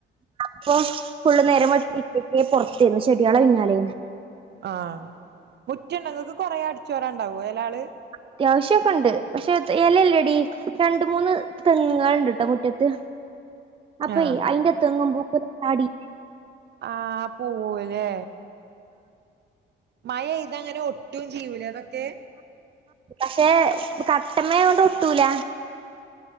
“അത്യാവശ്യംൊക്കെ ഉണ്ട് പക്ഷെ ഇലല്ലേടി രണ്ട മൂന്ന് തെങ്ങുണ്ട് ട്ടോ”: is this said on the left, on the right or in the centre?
Right